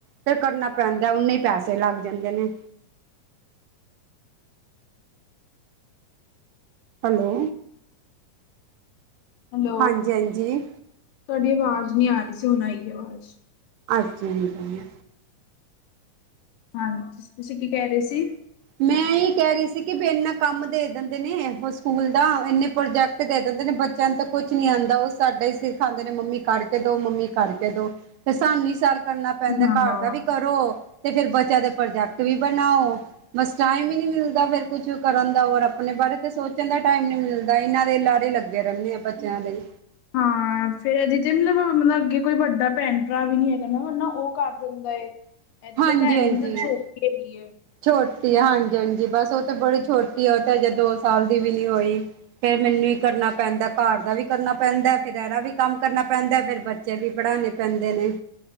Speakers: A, on the right (about 75°); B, on the left (about 75°).
A: ਫਿਰ ਕਰਨਾ ਪੈਂਦਾ ਏ, ਓਨੇ ਹੀ ਪੈਸੇ ਲੱਗ ਜਾਂਦੇ ਨੇ। ਹੈਲੋ।
B: ਹੈਲੋ
A: ਹਾਂਜੀ- ਹਾਂਜੀ।
B: ਤੁਹਾਡੀ ਆਵਾਜ਼ ਨਹੀਂ ਆ ਰਹੀ ਸੀ, ਹੁਣ ਆਈਏ ਆਵਾਜ਼।
A: ਅੱਛਾ ਜੀ।
B: ਹਾਂਜੀ, ਤੁਸੀਂ ਕੀ ਕਹਿ ਰਹੇ ਸੀ?
A: ਮੈਂ ਏਹੀ ਕਹਿ ਰੀ ਸੀ ਕਿ ਵੀ ਇੰਨਾ ਕੰਮ ਦੇ ਦਿੰਦੇ ਨੇ, ਉਹ ਸਕੂਲ ਦਾ ਇੰਨੇ ਪ੍ਰੋਜੈਕਟ ਦੇ ਦਿੰਦੇ ਨੇ ਬੱਚਿਆਂ ਨੂੰ ਤਾਂ ਕੁਛ ਨੀ ਆਦਾ ਉਹ ਸਾਡਾ ਈ ਸਿਰ ਖਾਦੇ ਨੇ, ਮੰਮੀ ਕਰਕੇ ਦੋ ਮੰਮੀ ਕਰਕੇ ਦੋ। ਫ਼ੇਰ ਸਾਨੂੰ ਸਾਰਾ ਕਰਨਾ ਪੈਂਦਾ
B: ਹਾਂ
A: ਏ, ਘਰ ਦਾ ਵੀ ਕਰੋ ਤੇ ਫੇਰ ਬਚ ਬੱਚਿਆਂ ਦੇ ਪ੍ਰੋਜੈਕਟ ਵੀ ਬਣਾਓ। ਬਸ ਟਾਈਮ ਈ ਨੀ ਮਿਲਦਾ ਫੇਰ ਕੁਛ ਕਰਨ ਦਾ, ਹੋਰ ਆਪਣੇ ਬਾਰੇ ਤੇ ਸੋਚਣ ਦਾ ਟਾਈਮ ਨੀ ਮਿਲਦਾ ਇਹਨਾਂ ਦੇ ਲਾਰੇ ਲੱਗ ਲੱਗੇ ਰਹਿੰਨੇ ਆ ਬੱਚਿਆਂ ਦੇ।
B: ਹਾਂ ਫੇਰ ਇਹਦੀ ਤੇ ਮਤਲਬ-ਮਤਲਬ ਅੱਗੇ ਕੋਈ ਵੱਡਾ ਭੈਣ ਭਰਾ ਵੀ ਨੀ ਹੈਗਾ ਨਾ, ਨਾ ਉਹ ਕਰ ਦਿੰਦਾ ਐ।
A: <inaudible>
B: ਇਹਦੀ ਤੇ ਭੈਣ
A: ਹਾਂਜੀ
B: ਵੀ ਛੋਟੀ ਹੈਗੀ ਐ।
A: ਛੋਟੀ ਆ ਹਾਂਜੀ ਹਾਂਜੀ ਬਸ ਉਹ ਤੇ ਬੜੀ ਛੋਟੀ ਆ, ਉਹ ਤੇ ਅਜੇ ਦੋ ਸਾਲ ਦੀ ਵੀ ਨੀ ਹੋਈ। ਫੇਰ ਮੈਨੂੰ ਵੀ ਕਰਨਾ ਪੈਂਦਾ ਏ ਘਰ ਦਾ ਵੀ ਕਰਨਾ ਪੈਂਦਾ ਏ, ਫੇਰ ਇਹਦਾ ਵੀ ਕੰਮ ਕਰਨਾ ਪੈਂਦਾ ਏ ਫਿਰ ਬਚ ਬੱਚੇ ਵੀ ਪੜ੍ਹਾਣੇ ਪੈਂਦੇ ਨੇ।